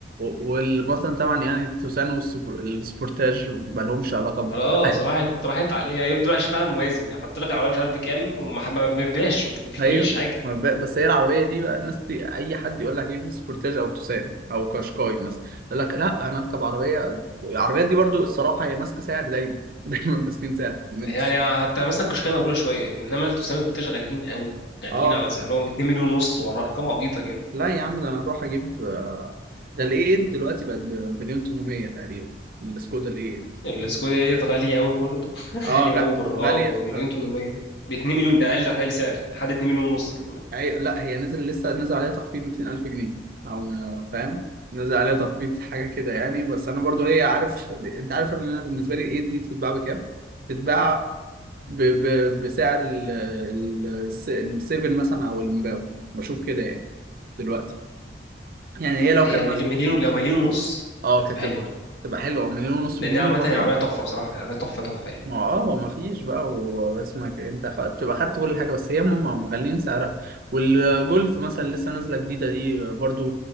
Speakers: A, on the right (about 50°); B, on the left (about 75°).
A: والمثلا طبعا يعني التوسان والسبورتاج ما لهمش علاقه ب...
B: خلاص
A: <laughs>
B: راحت راحت عليه يعني دول عايشين فعلا موازي حط لك عربية مش عارف بكام وما ما بيبيعش ما فيش
A: ايوه
B: حاجة
A: ما ب- بس هي العربيه دي بقى الناس دي اي حد يقول لك ايه سبورتاج او توسان او كاشكاي مثلا يقول لك لا انا اركب عربيه العربيات دي برضو الصراحه هي ماسكه سعر دايما <laughs> دايما ماسكين سعر من-
B: يعني حتى مثلا كشكاية مقبولة شوية انما التوسانوس بتاعش غاليين قوي غاليين
A: اه
B: على سعرهم 2 مليون ونص ورا ارقام عبيطة
A: لا يا عم ده انا اروح اجيب آه، ده الاي 8 دلوقتي بقت بمليون 800 تقريبا السكودا الاي
B: السكودا
A: 8
B: ديت غالية أوي برضه <laughs>
A: اه
B: غالية
A: غ-
B: أوفر
A: غاليه
B: أه بمليون تمنمية ب 2 مليون ده أقل هتلاقي سعر لحد 2 مليون ونص كمان
A: أي... لا هي نزل لسه نزل عليها تخفيض 200000 جنيه او فاهم نزل عليها تخفيض حاجه كده يعني بس انا برضو هي عارف انت عارف ان انا بالنسبه لي الايد دي تتباع بكام تتباع ب... ب... بسعر ال... ال... الس- السيفن مثلا او المباو بشوف كده يعني دلوقتي يعني هي لو
B: هي
A: كانت
B: مليون
A: مثلا
B: مليون لو مليون ونص
A: اه
B: هتبقى
A: كانت تبقى
B: حلوة
A: تبقى حلوه مليون ونص
B: لأن
A: مليون
B: هي عامة هي عربية
A: و400
B: تحفة بصراحة هي عربية تحفة تحفة يعني
A: ما هو- اه هو ما فيش بقى واسمك انت خ... بتبقى خدت كل حاجه بس هي هم مغلين سعرها والجولف مثلا لسه نازله جديده دي برضو